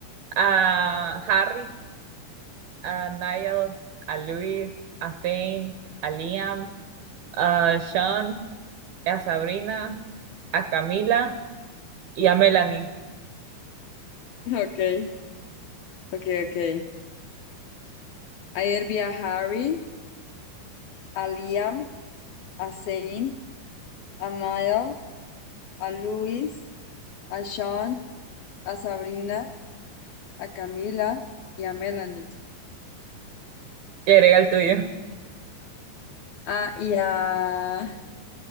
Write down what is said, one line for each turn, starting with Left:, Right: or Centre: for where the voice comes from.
Right: a Harry, a Niall, a Luis, a Zane, a Liam, a Sean, a Sabrina, a Camila y a Melanie.
Left: Okay, okay, okay. Ayer vi a Harry, a Liam, a Zane, a Niall, a Luis, a Sean, a Sabrina, a Camila y a Melanie.
Right: Y agrega el tuyo.
Left: Ah, y a, a